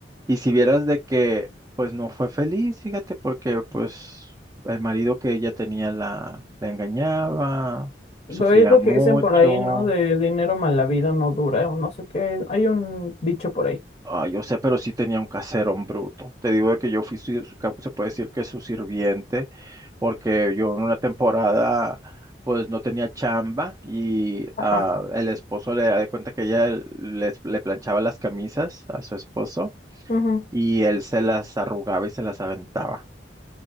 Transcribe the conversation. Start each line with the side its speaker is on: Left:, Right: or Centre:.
Right: Y si vieras de que, pues no fue feliz, fíjate, porque pues el marido que ella tenía la, la engañaba,
Left: Lo
Right: sufría
Left: es lo
Right: mucho.
Left: que dicen por ahí, ¿no? De dinero mal habido no dura, o no sé qué, hay un dicho por ahí.
Right: Ah, yo sé, pero sí tenía un caserón bruto. Te digo de que yo fui, su- su- ca- se puede decir que su sirviente, porque yo en una temporada, pues no tenía chamba y
Left: Ajá.
Right: ah, el esposo le da de cuenta que ella les- le planchaba las camisas a su esposo
Left: Ujú.
Right: y él se las arrugaba y se las aventaba.